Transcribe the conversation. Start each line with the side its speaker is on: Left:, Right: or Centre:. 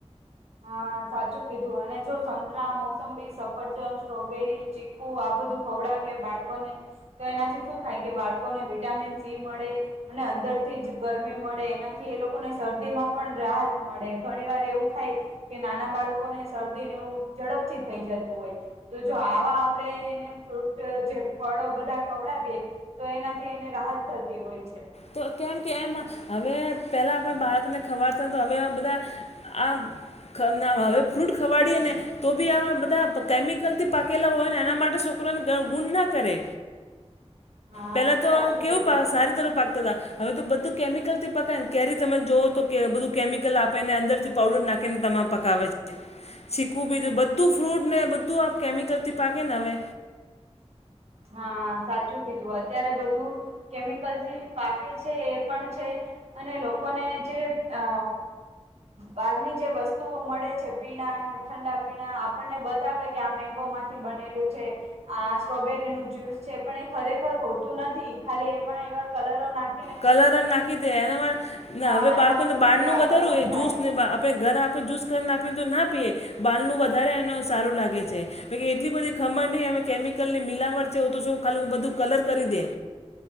Right: હા સાચું કીધું અને જો સંતરા, મોસંબી, સફરજન સ્ટ્રોબેરી, ચીકુ હુ આ બધું ખવડાવીએ બાળકોને તો એનાથી શું થાય કે બાળકોને વિટામિન સી મળે. અને અંદરથી જ ગરમી મળે એનાથી એ લોકોને શરદી માં પણ રાહત મળે ઘણી વાર એવું થાય કે નાના બાળકોને શરદી ને એવું ઝડપથી થઈ જતું હોય. તો જો આવા આપણેે એને ફ્રૂટ જે ફળો બધા ખવડાવીએ. તો એનાથી એને રાહત થતી હોય છે.
Left: તો કેમ કે એમ હવે પેલા આપણે બાળકને ખવાડતા તા હવે બધા આમ ના હવે ફ્રૂટ ખવાડીએ ને તો બી આ બધા કેમિકલથી પાકેલા હોય ને એના માટે સોકરોને ગ ગુણ ના કરે.
Right: <inaudible>
Left: પેલા તો
Right: સાચું
Left: કેવું
Right: કીધું
Left: પા
Right: તમે
Left: સારી તર પાક તાતા હવે તો બધું કેમિકલથી પકાયને કેરી તમે જોઓ તો કે બધું કેમિકલ આપે ને અંદરથી પાવડર નાખીને તમારે પકાવે છે. શીખવું બી જો બધું ફ્રૂટ ને બધું આપ કેમિકલથી પાકે ને હવે
Right: હા સાચું કીધું અત્યારે બધું કેમિકલથી પાકે છે એ પણ છે અને લોકોને જે અ બહારની જે વસ્તુઓ મળે છે. પીણા, ઠંડા પીણા આપણને બતાવે કે આ મેંગોમાં થી બનેલું છે, આ સ્ટ્રોબેર રીનો જ્યુસ છે. પણ એ ખરેખર હોતું નથી ખાલી એમાં એવા કલરો નાખ
Left: કલર જ નાખી દે એનામાં ને
Right: હા
Left: હવે બાળકોને
Right: એના પ્રત્યે
Left: બારનું
Right: આકર્ષણ
Left: વધારે હોય
Right: થાય
Left: જૂસને આપે ઘરે આપે જૂસ કરને આપીને તો ના પીએ. બારનું વધારે એને સારું લાગે છે. હવે કે એટલી બધી ખમણની અમે કેમિકલની મિલાવટ છે તો શું ખાલું બધું કલર કરી દે.